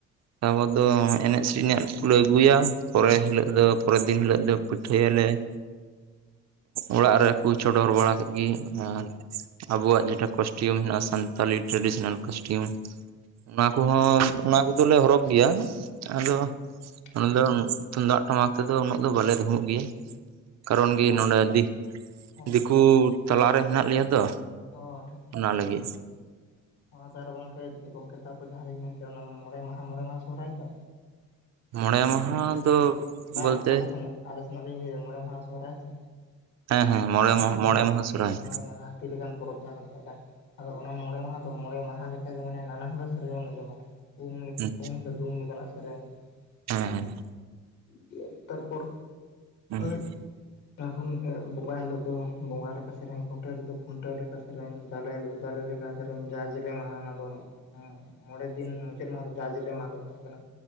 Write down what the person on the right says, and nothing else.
ᱛᱟᱯᱚᱨ ᱫᱚ ᱮᱱᱮᱡ ᱥᱮᱨᱮᱧ ᱟᱜ ᱠᱚᱞᱮ ᱟᱹᱜᱩᱭᱟ ᱯᱚᱨᱮ ᱦᱤᱞᱳᱜ ᱫᱚ ᱯᱚᱨᱮᱨ ᱫᱤᱱ ᱦᱤᱞᱳᱜ ᱫᱚ ᱯᱤᱴᱷᱟᱹᱭᱟᱞᱮ ᱚᱲᱟᱜ ᱨᱮᱠᱚ ᱪᱚᱰᱚᱨ ᱵᱟᱲᱟ ᱠᱮᱫ ᱜᱮ ᱟᱨ ᱟᱵᱚᱣᱟᱜ ᱡᱮᱴᱟ ᱠᱚᱥᱴᱤᱭᱩᱢ ᱢᱮᱱᱟᱜᱼᱟ ᱥᱟᱱᱛᱟᱞᱤ ᱴᱨᱮᱰᱤᱥᱱᱟᱞ ᱠᱚᱥᱴᱤᱭᱩᱢ ᱚᱱᱟ ᱠᱚᱦᱚᱸ ᱚᱱᱟ ᱠᱚᱫᱚᱞᱮ ᱦᱚᱨᱚᱜ ᱜᱮᱭᱟ ᱟᱫᱚ ᱚᱱᱟ
ᱫᱚ ᱛᱩᱢᱫᱟᱜ ᱴᱟᱢᱟᱠ ᱛᱮᱫᱚ ᱩᱱᱟᱹᱜ ᱫᱚ ᱵᱟᱞᱮ <unintelligible> ᱜᱮᱭᱟ ᱠᱟᱨᱚᱱ
ᱜᱤ
ᱱᱚᱸᱰᱮ
ᱫᱤᱠ
ᱫᱤᱠᱩ ᱛᱟᱞᱟᱨᱮ ᱦᱮᱱᱟᱜ ᱞᱮᱭᱟ ᱛᱚ
ᱚᱱᱟ ᱞᱟᱹᱜᱤᱫ
ᱢᱚᱬᱮ ᱢᱟᱦᱟ ᱫᱚ
ᱵᱚᱞᱛᱮ
ᱦᱮᱸ ᱦᱮᱸ ᱢᱚᱬᱮ
ᱢᱚᱬᱮ ᱢᱟᱦᱟ ᱥᱚᱨᱦᱟᱭ
ᱦᱮᱸ
ᱦᱮᱸ
ᱦᱮᱸ